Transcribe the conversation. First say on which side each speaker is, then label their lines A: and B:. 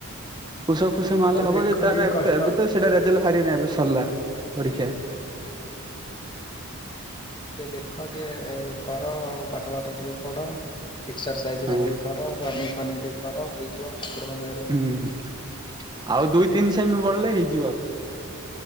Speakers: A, on the right (about 20°); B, on the left (about 20°).
A: ପୁସଅପ ଫୁସଅପ ମାରିଲେ
B: ହଉ
A: ହବ
B: ଦେଖ
A: ଯେ, ତାର
B: ଟିକେ
A: ଏବେ
B: କଷ୍ଟ
A: ଏବେ ତ ସେଇଟା ରେଜଲ୍ଟ ବାହାରିବନି ଏବେ ସରିଲା। ପରୀକ୍ଷା।
B: ଟିକେ ଦେଖ ଟିକେ କର ଆଉ ପାଠ ଫାଠ। ଟିକେ ପଢ ଏକ୍ସରସାଇଜ
A: ହଁ
B: ହେରା ଟିକେ କର ରନିଙ୍ଗ ଫନିଙ୍ଗ ଟିକେ କର ହେଇଯିବ। ଠାକୁରଙ୍କ ଦୟାରୁ
A: ହୁଁ ଆଉ ଦୁଇ ତିନି ସେମି ବଢିଲେ ହେଇଯିବ।